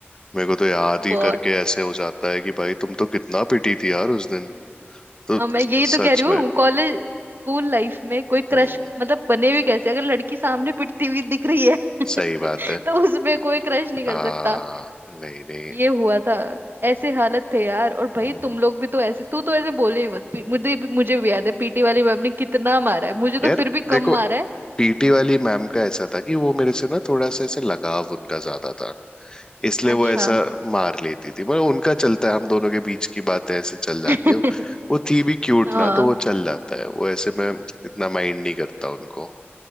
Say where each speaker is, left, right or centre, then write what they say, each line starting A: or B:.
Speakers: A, on the left; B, on the right.
A: मेरे को तो याद ही
B: बहुत
A: करके ऐसे हो जाता है कि भाई तुम तो कितना पिटी थी यार उस दिन तो
B: अब मैं यही तो
A: सच
B: कह रही हूँ
A: में
B: कॉलेज स्कूल लाइफ में कोई क्रश
A: हम्म
B: मतलब बने भी कैसे अगर लड़की सामने पिटती हुई दिख रही है <laughs>
A: सही बात है
B: तो उसमें कोई क्रश नहीं कर
A: आ
B: सकता
A: नहीं नहीं
B: ये हुआ था ऐसे हालत थे यार और भाई
A: हम्म
B: तुम लोग भी तो ऐसे तू तो ऐसे बोले ही मत पी- मुझे भी मुझे भी याद है पीटी वाली मैम ने कितना मारा है मुझे तो
A: यार
B: फिर भी
A: देखो
B: कम मारा है
A: पीटी वाली मैम का ऐसा था कि वो मेरे से ना थोड़ा सा ऐसे लगाव उनका ज्यादा था इसलिए
B: अच्छा
A: वो ऐसा मार लेती थी मतलब उनका चलता है हम दोनों के बीच की बातें ऐसे चल जाती
B: <laughs>
A: है वो थी भी क्यूट
B: हाँ
A: ना तो वो चल जाता है वो ऐसे में इतना माइंड नहीं करता उनको